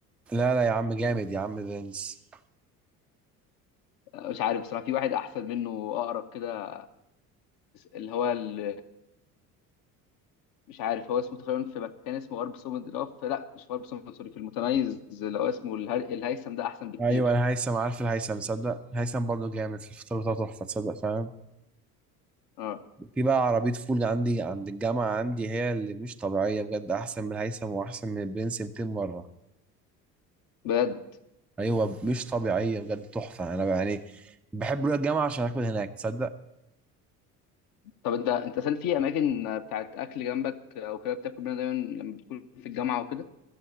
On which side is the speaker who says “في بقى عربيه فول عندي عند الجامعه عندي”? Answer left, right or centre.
Centre